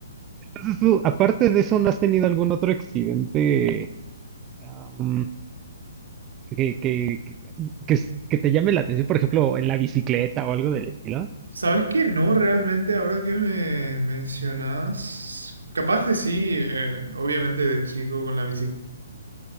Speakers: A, on the right; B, on the right.
A: Entonces tú, aparte de eso, ¿no has tenido algún otro accidente am, que, que, que, que s- que te llame la atención? Por ejemplo, en la bicicleta o algo del estilo.
B: ¿Sabes qué? No, realmente, ahora que me mencionas, capaz de sí, eh, obviamente de chico con la bicicleta.